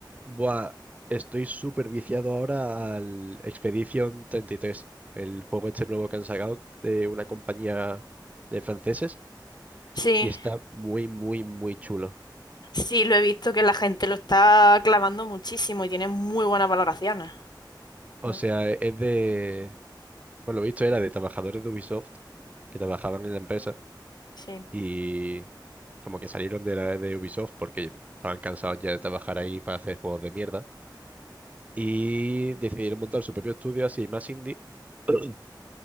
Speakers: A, on the right; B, on the left.
A: Buah, estoy súper viciado ahora al Expedition treinta y tres el juego este nuevo que han sacado de una compañía de franceses
B: Sí,
A: y está muy, muy, muy chulo.
B: sí, lo he visto que la gente lo está clavando muchísimo y tiene muy buenas valoraciones.
A: O
B: Mm,
A: sea, es de, por lo visto era de trabajadores de Ubisoft que trabajaban en la empresa
B: Sí.
A: y como que salieron de la de Ubisoft porque estaban cansados ya de trabajar ahí para hacer juegos de mierda y decidieron montar su propio estudio así más indie <clears throat>